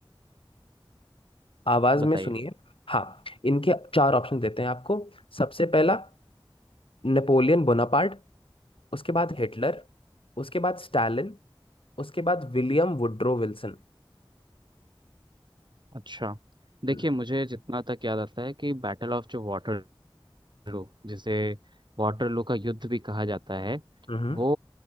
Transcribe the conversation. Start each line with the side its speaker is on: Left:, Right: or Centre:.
Left: आवाज
Right: बताइए
Left: में सुनिए हाँ इनके चार ऑप्शन देते हैं आपको सबसे पहला नेपोलियन बोनापार्ट उसके बाद हिटलर उसके बाद स्टालिन उसके बाद विलियम वुड्रो विल्सन
Right: अच्छा देखिए
Left: हम्म
Right: मुझे जितना तक याद आता है कि बैटल ऑफ जो वाटर वाटरलू जिसे वाटरलू का युद्ध भी कहा जाता है
Left: हम्म
Right: वो